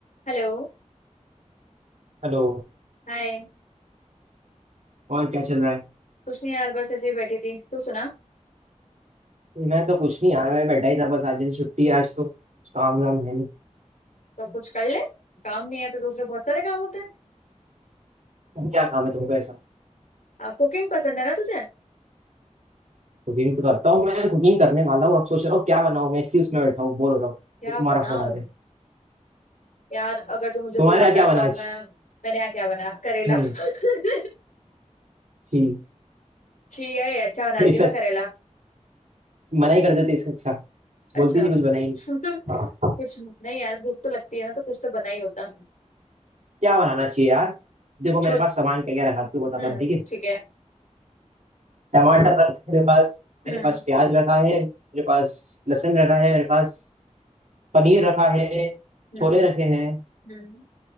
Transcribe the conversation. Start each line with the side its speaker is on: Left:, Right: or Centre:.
Left: Hello
Right: Hello
Left: Hi
Right: और क्या चल रहा है
Left: कुछ नहीं यार बस ऐसे ही बैठी थी तू सुना
Right: मैं तो कुछ नहीं यार मैं बैठा ही था बस आज जैसे छुट्टी है, आज तो कुछ काम वाम है नहीं
Left: तो कुछ कर ले काम नहीं है तो दूसरे बहुत सारे काम होते हैं
Right: क्या काम है तुमको ऐसा
Left: आ, कुकिंग पसंद है ना तुझे
Right: कुकिंग तो करता हूँ मैं कुकिंग करने वाला हूँ अब सोच रहा हूँ क्या बनाऊँ मैं इसी उसमें बैठा हूँ बोर हो रहा हूँ
Left: क्या
Right: तो तुम्हारा
Left: बनाऊं
Right: फोन आ गया
Left: यार अगर तू मुझे
Right: तुम्हारे
Left: बुलाता
Right: यहाँ क्या बना
Left: तो
Right: आज
Left: मैं मैंने यहाँ क्या बना करेला
Right: हम्म
Left: <laughs>
Right: छी
Left: छी है अच्छा बनाती
Right: इससे
Left: हूँ मैं करेला
Right: मना ही कर देते इससे अच्छा
Left: अच्छा
Right: बोलती नहीं कुछ बनाई नहीं
Left: <laughs>
Right: हाँ,
Left: कुछ नहीं यार भूख तो लगती है ना तो कुछ तो बना ही होता
Right: क्या बनाना चाहिए यार देखो मेरे
Left: छोल
Right: पास सामान क्या क्या रखा है, तू बताता
Left: हम्म
Right: हूँ ठीक है
Left: ठीक है
Right: टमाटर रखा है मेरे पास मेरे
Left: हम्म
Right: पास प्याज रखा है मेरे पास लहसुन रखा है मेरे पास पनीर रखा है
Left: हम्म
Right: छोले रखे हैं
Left: हम्म